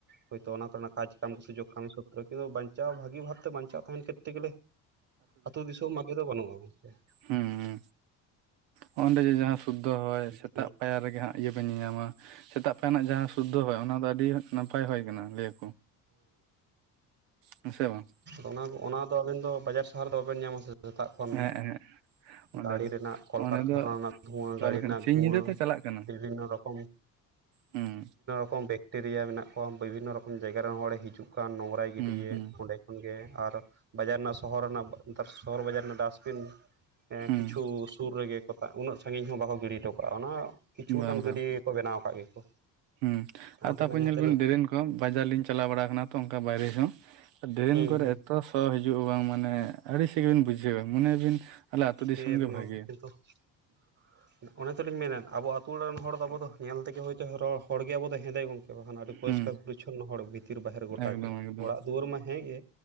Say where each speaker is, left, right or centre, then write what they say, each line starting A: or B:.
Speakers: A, on the right (about 35°); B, on the right (about 70°).
A: ᱦᱳᱭᱛᱚ ᱚᱱᱟ ᱠᱚᱨᱮᱱᱟᱜ ᱠᱟᱡ ᱠᱟᱢ ᱠᱚ ᱥᱩᱡᱳᱜ ᱠᱟᱹᱢᱤ ᱥᱩᱛᱛᱨᱚ ᱠᱤᱱᱛᱩ ᱵᱟᱧᱪᱟᱣ ᱵᱷᱟᱹᱜᱤ ᱵᱷᱟᱵᱛᱮ ᱵᱟᱧᱪᱟᱣ ᱛᱟᱦᱮᱱ ᱠᱚᱨᱛᱮ ᱜᱮᱞᱮ ᱟᱹᱛᱩ ᱫᱤᱥᱚᱢ ᱟᱜᱮ ᱫᱚ ᱵᱟᱹᱱᱩᱜᱼᱟ ᱜᱚᱝᱠᱮ᱾
B: ᱦᱩᱸ ᱦᱩᱸ ᱚᱸᱰᱮ ᱡᱮ ᱡᱟᱦᱟᱸ ᱥᱩᱫᱽᱫᱷᱚ ᱦᱚᱭ, ᱥᱮᱛᱟᱜ
A: ᱡᱤᱭᱚᱱ
B: ᱯᱟᱭᱟᱨ ᱨᱮᱜᱮ ᱦᱟᱸᱜ ᱤᱭᱟᱹ ᱵᱤᱱ ᱧᱮᱧᱟᱢᱟ, ᱥᱮᱛᱟᱜ ᱯᱟᱭᱟᱨ ᱨᱮᱱᱟᱜ ᱡᱟᱦᱟᱸ ᱥᱩᱫᱽᱫᱷᱚ ᱦᱚᱭ ᱚᱱᱟ ᱫᱚ ᱟᱹᱰᱤ ᱱᱟᱯᱟᱭ ᱦᱚᱭ ᱠᱟᱱᱟ ᱞᱟᱹᱭᱟᱠᱚ᱾ ᱦᱮᱸ ᱥᱮ ᱵᱟᱝ?
A: ᱟᱫᱟ ᱚᱱᱟ ᱜᱚ ᱚᱱᱟ ᱫᱚ ᱟᱵᱮᱱ ᱫᱚ ᱵᱟᱡᱟᱨ ᱥᱟᱦᱟᱨ ᱨᱮᱫᱚ ᱵᱟᱵᱮᱱ ᱧᱟᱢᱟ ᱥᱮ ᱥᱮᱛᱟᱜ ᱠᱷᱚᱱ᱾
B: ᱦᱮᱸ ᱦᱮᱸ ᱚᱸᱰᱮ
A: ᱜᱟᱹᱲᱤ
B: ᱫᱚ
A: ᱨᱮᱱᱟᱜ ᱠᱚᱞᱠᱟᱨᱠᱷᱟᱱᱟ
B: ᱚᱸᱰᱮ ᱫᱚ
A: ᱨᱮᱱᱟᱜ ᱫᱷᱩᱣᱟᱹ,
B: ᱪᱟᱞ
A: ᱜᱟᱹᱲᱤ
B: ᱠᱟᱱᱟ
A: ᱨᱮᱱᱟᱜ
B: ᱥᱤᱧ
A: ᱫᱷᱩᱣᱟᱹ
B: ᱧᱤᱫᱟᱹ ᱛᱚ ᱪᱟᱞᱟᱜ ᱠᱟᱱᱟ
A: ᱵᱤᱵᱷᱤᱱᱱᱚ ᱨᱚᱠᱚᱢ
B: ᱦᱩᱸ᱾
A: ᱠᱚᱢ ᱵᱮᱠᱴᱮᱨᱤᱭᱟ ᱢᱮᱱᱟᱜ ᱠᱚᱣᱟ, ᱵᱤᱵᱷᱤᱱᱱᱚ ᱨᱚᱠᱚᱢ ᱡᱟᱭᱜᱟ ᱨᱮᱱ ᱦᱚᱲᱮ ᱦᱤᱡᱩᱜ ᱠᱟᱱ, ᱱᱚᱝᱨᱟᱭ ᱜᱤᱰᱤᱭᱮᱫ
B: ᱦᱩᱸ ᱦᱩᱸ
A: ᱚᱸᱰᱮ᱾ ᱠᱷᱚᱱᱜᱮ ᱟᱨ ᱵᱟᱡᱟᱨ ᱨᱮᱱᱟᱜ, ᱥᱚᱦᱚᱨ ᱨᱮᱱᱟᱜ ᱱᱮᱛᱟᱨ ᱥᱚᱦᱚᱨ ᱵᱟᱡᱟᱨ ᱨᱮᱱᱟᱜ ᱰᱟᱥᱴᱵᱤᱱ ᱮᱸ
B: ᱦᱩᱸ
A: ᱠᱤᱪᱷᱩ ᱥᱩᱨ ᱨᱮᱜᱮ ᱠᱚ ᱛᱟ ᱩᱱᱟᱹᱜ ᱥᱟᱺᱜᱤᱧ ᱦᱚᱸ ᱵᱟᱠᱚ ᱜᱤᱰᱤ ᱦᱚᱴᱚ ᱠᱟᱜᱼᱟ ᱚᱱᱟ ᱠᱤᱪᱷᱩ ᱢᱤᱫᱴᱟᱝ
B: ᱵᱟᱝ
A: ᱜᱟᱹᱰᱭᱟᱹ
B: ᱵᱟᱝ
A: ᱜᱮᱠᱚ ᱵᱮᱱᱟᱣ ᱟᱠᱟᱫ ᱜᱮᱠᱚ᱾
B: ᱦᱩᱸ ᱟᱨ
A: ᱚᱸᱰᱮᱱᱟᱜ
B: ᱛᱟᱨᱯᱚᱨ
A: ᱡᱟᱦᱟᱸ
B: ᱧᱮᱞᱵᱤᱱ
A: ᱛᱤᱱᱟᱹᱜ
B: ᱰᱨᱮᱱ ᱠᱚᱦᱚᱸ ᱵᱟᱡᱟᱨ ᱞᱤᱧ ᱪᱟᱞᱟᱣ ᱵᱟᱲᱟᱣ ᱟᱠᱟᱱᱟ ᱛᱚ ᱚᱱᱠᱟ ᱵᱟᱭᱨᱮ ᱦᱚᱸ᱾ ᱰᱨᱮᱱ
A: ᱦᱩᱸ
B: ᱠᱚᱨᱮ
A: ᱦᱩᱸ
B: ᱮᱛᱚ ᱥᱚ ᱦᱤᱡᱩᱜᱼᱟ ᱵᱟᱝ ᱢᱟᱱᱮ ᱟᱹᱲᱤᱥᱮᱜᱮᱵᱤᱱ ᱵᱩᱡᱷᱟᱹᱣᱟ ᱢᱚᱱᱮᱭᱟᱵᱤᱱ ᱟᱞᱮ ᱟᱹᱛᱩ
A: ᱪᱤᱠᱟᱹᱭᱟᱵᱮᱱ
B: ᱫᱤᱥᱚᱢ ᱜᱮ ᱵᱷᱟᱜᱮᱭᱟ᱾
A: <inaudible> <inaudible> ᱚᱱᱮ ᱛᱮᱞᱤᱧ ᱢᱮᱱᱮᱫ ᱟᱵᱚ ᱟᱹᱛᱩ ᱚᱲᱟᱜ ᱨᱮᱱ ᱦᱚᱲ ᱫᱚ ᱟᱵᱚ ᱫᱚ ᱧᱮᱞ ᱛᱮᱜᱮ ᱦᱳᱭᱛᱚ ᱦᱚᱲᱜᱮ ᱟᱵᱚ ᱫᱚ ᱦᱮᱸᱫᱮ ᱜᱚᱝᱠᱮ ᱵᱟᱠᱷᱟᱱ ᱟᱹᱰᱤ ᱯᱚᱨᱤᱥᱠᱟᱨ
B: ᱦᱩᱸ
A: ᱯᱚᱨᱤᱪᱷᱚᱱᱱᱚ ᱦᱚᱲ ᱵᱷᱤᱛᱤᱨ ᱵᱟᱦᱮᱨ ᱜᱚᱴᱟ
B: ᱮᱠᱫᱚᱢ
A: ᱜᱮ,
B: ᱮᱠᱫᱚᱢ
A: ᱚᱲᱟᱜ ᱫᱩᱣᱟᱹᱨ ᱢᱟ ᱦᱮᱸᱜᱮ᱾